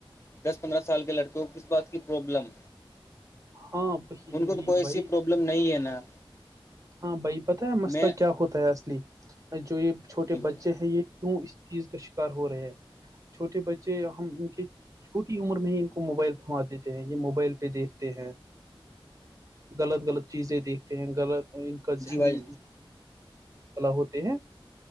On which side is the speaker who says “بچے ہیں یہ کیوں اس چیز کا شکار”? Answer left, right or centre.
Right